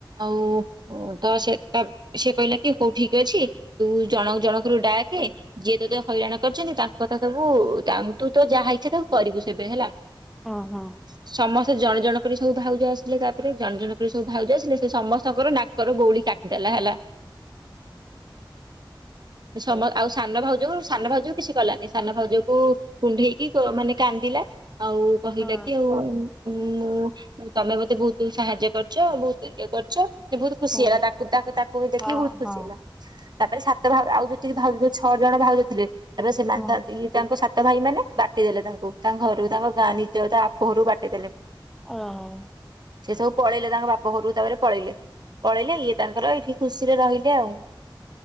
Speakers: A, on the right (about 55°); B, in the centre.
A: ଆଉ ତ ସେ ତ ସେ କହିଲା କି ହଉ ଠିକ ଅଛି। ତୁ ଜଣ ଜଣକୁରୁ ଡାକେ ଯିଏ ତୋତେ ହଇରାଣ କରିଛନ୍ତି ତାଙ୍କ କଥା ସବୁ ତୁ ତ ଯାହା ହେଇଛ ତାକୁ କରିବୁ ସେବେ ହେଲା
B: ଓହୋ
A: ସମସ୍ତେ ଜଣେ ଜଣ କରି ସବୁ ଭାଉଜ ଆସିଲେ ତାପରେ ଜଣେ ଜଣ କରି ସବୁ ଭାଉଜ ଆସିଲ ସେ ସମସ୍ତଙ୍କର ନା କରର ବଉଳି କାଟିଦେଲା ହେଲା
B: <inaudible>
A: ସମ ଆଉ ସାନ ଭାଉଜ ସାନ ଭାଉ କିଛି କଲାନି ସାନ ଭାଉଜକୁ କୁଣ୍ଡେଇକି ମାନେ କାନ୍ଦିଲା ଆଉ କହିଲା
B: ହଁ
A: କି ଆଉ ହୁଁ ମୁଁ ତମେ ମତେ ବହୁତ ସାହାଯ୍ୟ କରିଛ ବହୁତ ଇଏ କରିଛ ସେ ବହୁତ ଖୁସି
B: ହଁ
A: ହେଲା ତାକୁ ତାକୁ ତାକୁ ବି ଦେଖିବୁ
B: ହଁ
A: ବହୁତ ଖୁସି
B: ହଁ
A: ହେଲା ତାପରେ ସାତ ଭାବ ଆଉ ଯୋଉ ଟିକେ ଭାବଉ ଛଅ ଜଣ ଭାବୁଥିଲେ ତ ସେମାନେ
B: ହଁ
A: ତାଙ୍କ ସାତ ଭାଇ ମାନେ ବାଟି ଦେେଲେ ତାଙ୍କୁ ତାଙ୍କ ଘରୁ ତାଙ୍କ ଗାଁ ନିଜ ତା ବାପ ଘରୁ ବାଟେଇଦେଲେ
B: ଓହ
A: ସେ ସବୁ ପଳେଇଲେ ତାଙ୍କ ବାପା ଘରକୁ ତାପରେ ପଳେଇଲେ ପଳେଇିଲଲେ ଇଏ ତାଙ୍କର ଏଇଠି ଖୁସିରେ ରହିଲେ ଆଉ